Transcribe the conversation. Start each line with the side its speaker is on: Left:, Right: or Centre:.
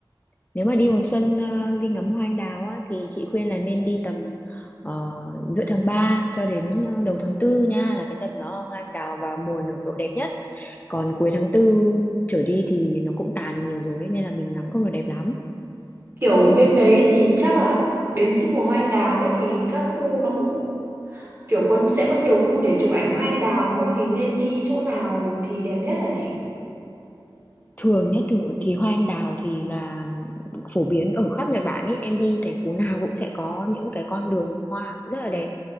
Left: Nếu mà đi mùa xuân ờ, đi ngắm hoa anh đào á thì chị khuyên là nên đi tầm ờ, giữa tháng 3 cho đến ờ, đầu
Right: Ừ.
Left: tháng tư nha là cái tầm nó hoa anh đào vào mùa nở rộ đẹp nhất. Còn cuối tháng tư trở đi thì nó cũng tàn nhiều rồi ấy, nên là mình ngắm không được đẹp lắm.
Right: Kiểu bên đấy thì chắc là đến cái mùa hoa anh đào ấy thì các khu nó cũng kiểu có sẽ có nhiều khu để chụp ảnh hoa anh đào đúng không? Thì nên đi chỗ nào thì đẹp nhất hả chị?
Left: thường nhé thử thì hoa anh đào thì là phổ biến ở khắp Nhật Bản ý em đi thành phố nào cũng sẽ có những cái con đường hoa rất là đẹp